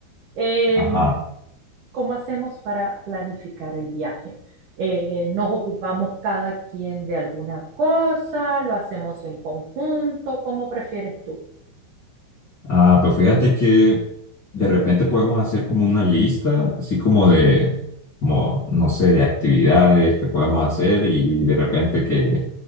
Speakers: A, on the right (about 80°); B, on the left (about 65°).
A: Em,
B: Ajá.
A: ¿cómo hacemos para planificar el viaje? Eh, ¿nos ocupamos cada quien de alguna cosa? ¿Lo hacemos en conjunto? ¿Cómo prefieres tú?
B: Ah, pues fíjate que de repente podemos hacer como una lista, así como de, como, no sé, de actividades que podemos hacer y de repente que,